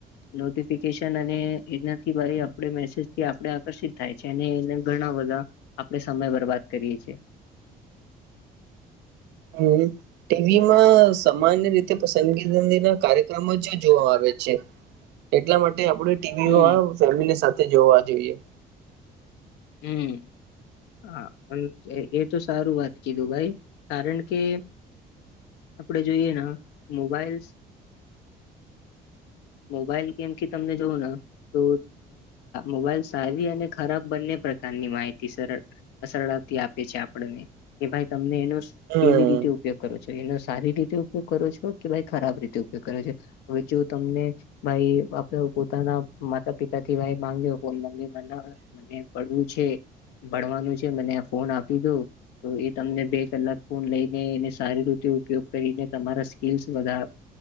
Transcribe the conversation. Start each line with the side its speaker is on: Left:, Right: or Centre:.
Left: નોટિફિકેશન અને એનાથી આપ આપ મેસેજથી આપણે આકર્ષિત થાય છે અને એને ઘણા બધા આપણે સમય બરબાદ કરીએ છીએ.
Right: હમ. ટીવીમાં સામાન્ય રીતે પસંદગી ના કાર્યક્રમો જ જોવા આવે છે એટલા માટે આપણે ટીવીમાં
Left: હમ
Right: ફેમિલી સાથે જોવા જોઈએ.
Left: હમ. હા એ તો સારું વાત કીધું ભાઈ કારણ કે આપણે જોઈએ મોબાઈલ્સ મોબાઈલ ગેમ થી તમને જોવું ને તો મોબાઈલ સારી અને ખરાબ બંને પ્રકારની માહિતી સર સરળતી આપે છે આપણને કે ભાઈ તમને એનો
Right: હમ
Left: કેવી રીતે ઉપયોગ કરો છો એનો સારી રીતે ઉપયોગ કરો છો કે ભાઈ ખરાબ રીતે ઉપયોગ કરો છો હવે જો તમને ભાઈ આપ પોતાના માતા પિતા થી ભાઈ, માંગ્યો મમ્મી મ મ પડવું છે, ભણવાનું છે મને ફોન આપી દો તો એ તમને બે કલાક ફોન લઈને, એને સારી રીતે ઉપયોગ કરીને તમારા સ્કીલસ વધ